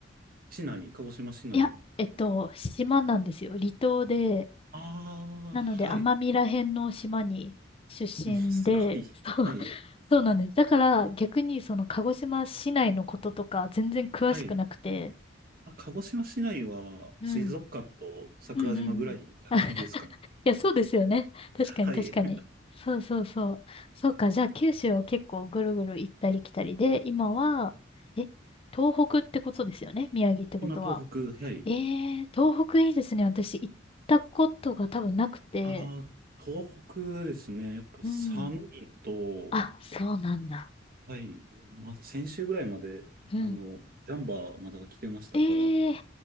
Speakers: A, on the right; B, on the left.
A: 市内、鹿児島市内。
B: いや、えっと、島なんですよ。離島で、
A: ああ、
B: なので、
A: はい。
B: 奄美ら辺の島に出身で、
A: もうすごい。
B: <laughs> そう、
A: はい。
B: そうなんです。だから、逆にその鹿児島市内のこととか全然詳しくなくて、
A: はい。あ、鹿児島市内は水族館と桜島ぐらいじゃないですかね。
B: うん。うんうんうん。あ <laughs> いや、そうですよね。確かに確かに。
A: はい。
B: そうそうそう。そうか、じゃあ九州を結構ぐるぐる行ったり来たりで、今は、え、東北ってことですよね。宮城ってことは。
A: 今、東北、はい。
B: えー、東北いいですね。私行ったことが多分なくて。
A: ああ、東北ですね。やっぱ寒いのと、
B: うん。あ、そうなんだ。
A: はい。まだ先週ぐらいまで、
B: うん。
A: あの、ジャンバーまだ着てましたから、
B: ええー、